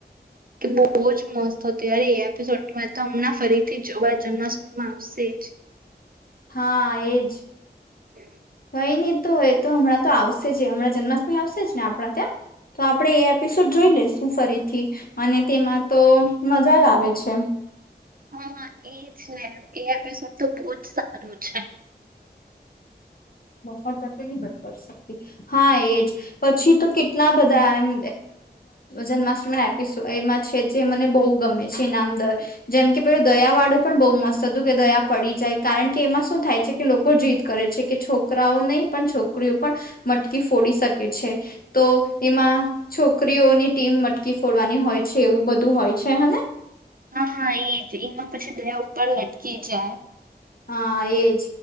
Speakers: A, on the right; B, on the left.
A: કે બઉ જ મસ્ત તો ત્યારે એ એપિસોડ મે તો હમણાં ફરીથી જોવા જન્માષ્ટમીમાં આવશે જ.
B: હા, એ જ.
A: <inaudible>
B: કઈ ની તો એ તો હમણાં તો આવશે જ, હમણા જન્માષ્ટમી આવશે જ ને આપણા ત્યાં તો આપણે એ એપિસોડ જોઈ લેશું ફરીથી. અને તેમાં તો મજા જ આવે છે.
A: હા એજ ને એ એપિસોડ તો બહુ જ સારું છે
B: બ તકે ન બ શકતી હા એજ પછી તો કેટલા બધા એમ જન્માષ્ટમી ના એપિસો એમાં છે જે મને બહુ ગમે છે ઇનામદર જેમ કે પેલું દયા વાળું પણ બહુ મસ્ત હતું કે દયા પડી જાય કારણ કે એમાં શું થાય છે કે લોકો જીદ કરે છે કે છોકરાઓ નહી પણ છોકરીઓ પણ મટકી ફોડી શકે છે તો એમાં છોકરીઓની ટીમ મટકી ફોડવાની હોય છે એવું બધું હોય છે હેને
A: હા હા એ જ એમાં પછી બેયા ઉપર લટકી જાય
B: હા એજ